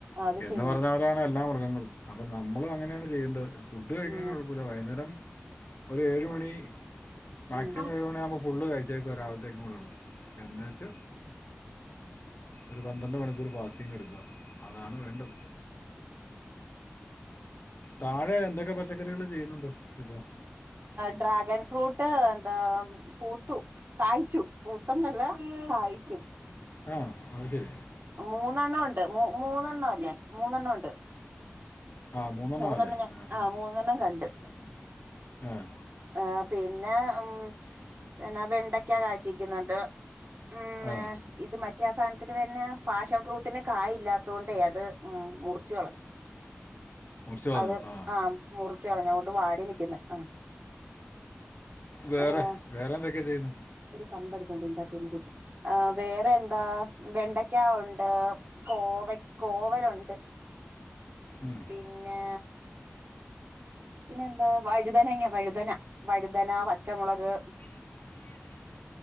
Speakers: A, on the right; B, on the left.
A: അത്
B: എന്ന്
A: ശരിയാ
B: പറഞ്ഞവരാണ് എല്ലാ മൃഗങ്ങളും അപ്പം നമ്മളും അങ്ങനെയാണ് ചെയ്യേണ്ടത് ഫുഡ് കഴിക്കണേന്
A: ഉം
B: കുഴപ്പമില്ല വൈന്നേരം ഒരു ഏഴ് മണി മാക്സിമം
A: ഉം
B: ഏഴ് മണി ആമ്പൊ ഫുള്ള് കഴിച്ചേക്കാണ് രാവിലത്തെക്കും കൂടി ഉള്ളത് എന്നേച്ച് ഒരു പന്ത്രണ്ട് മണിക്കൂർ ഫാസ്റ്റിംഗ് എടുക്കുക അതാണ് വേണ്ടത് താഴെ എന്തൊക്കെ പച്ചക്കറികൾ ചെയ്യുന്നുണ്ട് ഇപ്പോ
A: ഡ്രാഗൺ ഫ്രൂട്ട് എന്താ പൂത്തു കായ്ച്ചു പൂത്തെന്നല്ല കായ്ച്ചു
B: ആഹ അത് ശരി
A: മൂന്നെണ്ണം ഉണ്ട് മൂന്നെണ്ണം അല്ലേ മൂന്നെണ്ണം ഉണ്ട്
B: ആ
A: മൂന്നെണ്ണം
B: അല്ലേ
A: ഞാൻ
B: ആ ആ
A: ആഹ് മൂന്നെണ്ണം കണ്ട്
B: ഏഹ്
A: ആഹ് പിന്നെ ഉം എന്നാ വെണ്ടക്ക കാചിക്കുന്നുണ്ട് ഉം
B: ആ,
A: ഏഹ് ഇത് മറ്റേ ആ സാന ത്തിന്റെ പേരെന്നാ ഫാഷൻ ഫ്രൂട്ടിന് കായ് ഇല്ലാത്തു കൊണ്ടേ അത് ഉം മുറിച്ച് കളഞ്ഞു
B: മുറിച്ച് കളഞ്ഞു
A: അത്
B: ആ
A: ആഹ മുറിച്ച് കളഞ്ഞു അങ്ങോട്ട് വാടി നിക്കുന്ന് ആഹ്
B: വേറെ
A: ആഹ്
B: വേറെ എന്തൊക്കെ ചെയ്യുന്ന്
A: ഒരു കമ്പടുത്തുണ്ട് ഇതിന്റാത്തൊന്ന് കുത്ത് ആഹ് വേറെ എന്താ വെണ്ടയ്ക്കാ ഒണ്ട് കോവ കോവലുണ്ട്
B: ഉം
A: പിന്നെ പിന്നെ എന്താ വഴുതനങ്ങ വഴുതന വഴുതനാ പച്ചമുളക്
B: <inaudible>